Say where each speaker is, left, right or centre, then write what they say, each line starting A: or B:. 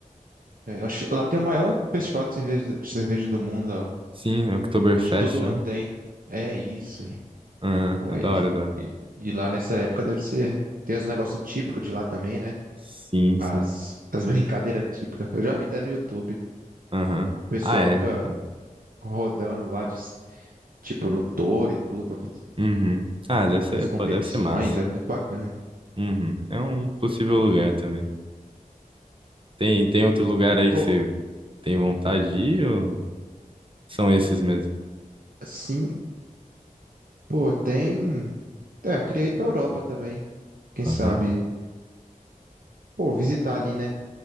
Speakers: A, on the right; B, on the right.
A: É, eu acho que lá tem o maior festival de cerveja, cerveja do mundo, ó.
B: Sim, é Oktoberfest,
A: Eu acho que todo ano
B: né?
A: tem. É isso. hein.
B: Ah,
A: Pô,
B: é
A: aí-
B: da hora, é da hora.
A: E, e lá nessa época deve ser. Tem os negócios típicos de lá também, né?
B: Sim,
A: As,
B: sim.
A: as <laughs> brincadeiras típicas. Eu já vi até no YouTube. O
B: Aham.
A: pessoal
B: Ah, é.
A: fica
B: pô.
A: rodando lá, de, tipo, no touro e tudo.
B: Uhum. Ah, deve ser,
A: Tem as competições,
B: pô, deve ser massa.
A: é muito bacana.
B: Uhum. É um possível lugar também. Tem, tem outro lugar aí
A: Pô,
B: que você tem vontade de ir ou são esses mesmo?
A: assim, pô, tem. É, eu queria ir pra Europa também. Quem
B: Aham.
A: sabe? Pô, visitar ali, né?